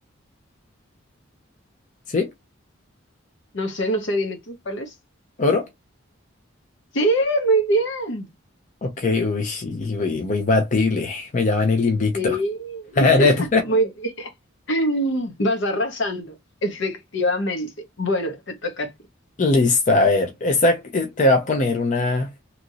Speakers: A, on the left; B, on the left.
A: ¿Sí?
B: No sé, no sé, dime tú, ¿cuál es?
A: ¿Oro?
B: Sí, muy bien.
A: Ok, uy, sí, uy, muy batible. Me llaman el invicto.
B: Sí,
A: <laughs>
B: <laughs> muy bien. Vas arrasando, efectivamente. Bueno, te toca a ti.
A: Listo, a ver, esta eh, te va a poner una